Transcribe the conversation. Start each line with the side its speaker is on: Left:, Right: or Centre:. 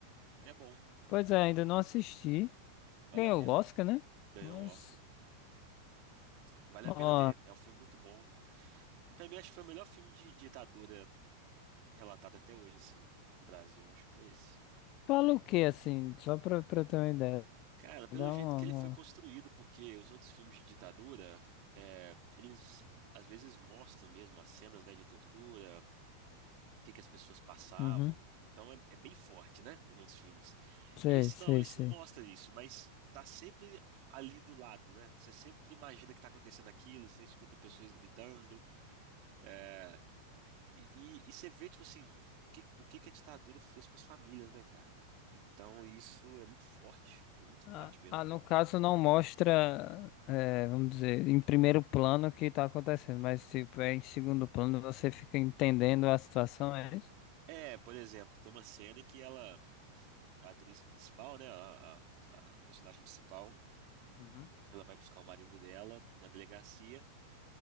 Right: É bom,
Left: Pois é, ainda não assisti.
Right: vale
Left: Ganhou
Right: a pena.
Left: o Oscar, né?
Right: Ganhou
Left: Mas.
Right: o Oscar. Vale
Left: Ó.
Right: a pena ver. É um filme muito bom. Eu, Pra mim, acho que foi o melhor filme de ditadura relatado até hoje, assim, no Brasil. Acho que foi esse.
Left: Fala o que assim? Só pra, pra ter uma ideia.
Right: Cara, pelo
Left: Dá
Right: jeito
Left: uma.
Right: que
Left: uma-
Right: ele foi construído, porque os outros filmes de ditadura, é, eles às vezes mostram mesmo as cenas, né, de tortura, o que que as pessoas passavam.
Left: Uhum.
Right: Então é, é bem forte, né, os outros filmes.
Left: Sei,
Right: Esse
Left: sei,
Right: não, esse
Left: sei.
Right: não mostra isso, mas tá sempre ali do lado, né? Você sempre imagina que tá acontecendo aquilo, você escuta pessoas gritando. é, E, e, e você vê, tipo assim, que- o que que a ditadura fez com as famílias, né, cara? Então isso é muito forte, é muito forte
Left: Ah,
Right: mesmo
Left: ah,
Right: o
Left: no
Right: filme.
Left: caso não mostra, eh, vamos dizer, em primeiro plano o que tá acontecendo, mas tipo, é em segundo plano você fica entendendo a situação, é isso?
Right: É, por exemplo, tem uma cena em que ela, a atriz principal, né, a, a- a personagem principal,
Left: Uhum.
Right: ela vai buscar o marido dela na delegacia.